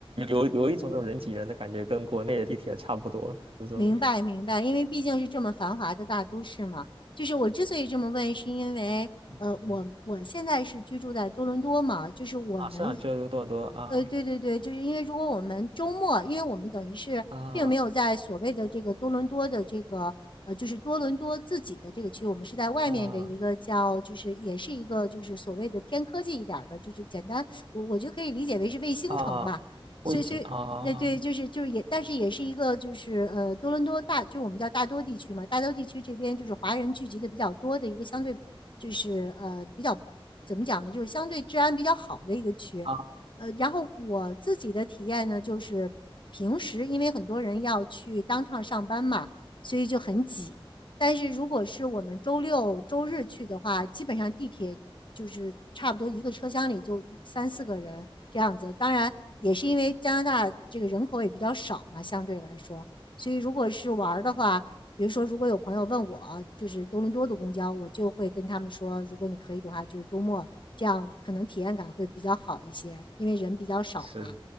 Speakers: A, on the right; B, on the left.
A: 有有一种那种人挤人的感觉，跟国内的地铁差不多那种。
B: 明白明白，因为毕竟是这么繁华的大都市嘛。就是我之所以这么问，是因为呃，
A: 嗯，
B: 我我现在是居住在多伦多嘛，就是我们，
A: 啊，是啊，这多伦多啊
B: 呃，对对对，就是因为如果我们周末，因为我们等于是并没有在所谓的这个多伦多的这个呃，
A: 啊
B: 就是多伦多自己的这个区，我们是在外面的一个叫，
A: 啊！
B: 就是也是一个就是所谓的偏科技一点儿的，就是简单，我我就可以理解为是卫星城吧。
A: 啊，卫星啊
B: 所以，所以，那对，就是就是也，但是也是一个就是呃，多伦多大，就是我们叫大多地区嘛，大多地区这边就是华人聚集的比较多的一个相对就是呃比较怎么讲呢，就是相对治安比较好的一个区。
A: 啊，
B: 呃，然后我自己的体验呢，就是平时因为很多人要去当趟上班嘛，所以就很挤。但是如果是我们周六周日去的话，基本上地铁就是差不多一个车厢里就三四个人这样子。当然，也是因为加拿大这个人口也比较少嘛，相对来说，所以如果是玩的话，比如说如果有朋友问我，就是多伦多的公交，我就会跟他们说，如果你可以的话，就是周末这样，可能体验感会比较好一些，因为人比较少嘛。
A: 是